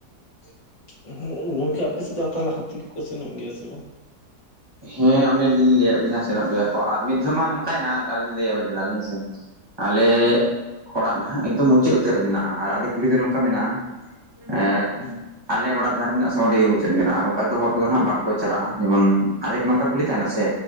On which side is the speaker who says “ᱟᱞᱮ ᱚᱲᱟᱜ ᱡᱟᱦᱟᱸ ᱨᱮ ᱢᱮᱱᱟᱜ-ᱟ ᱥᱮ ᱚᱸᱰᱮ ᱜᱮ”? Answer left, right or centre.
Right